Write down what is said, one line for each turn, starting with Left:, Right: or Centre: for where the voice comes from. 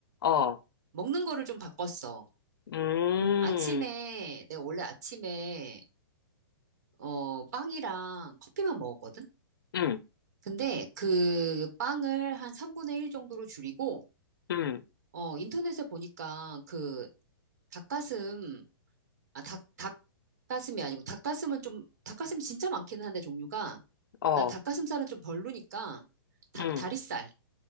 Left: 어,
Right: 먹는 거를 좀 바꿨어.
Left: 음,
Right: 아침에, 내가 원래 아침에, 어, 빵이랑 커피만 먹었거든?
Left: 응,
Right: 근데 그 빵을 한 3분의 1 정도로 줄이고
Left: 응,
Right: 어, 인터넷에 보니까 그 닭가슴, 아, 닭, 닭가슴이 아니고 닭가슴은 좀, 닭가슴이 진짜 많기는 한데 종류가
Left: 어,
Right: 난 닭가슴살은 좀 별로니까 닭
Left: 응,
Right: 다리살.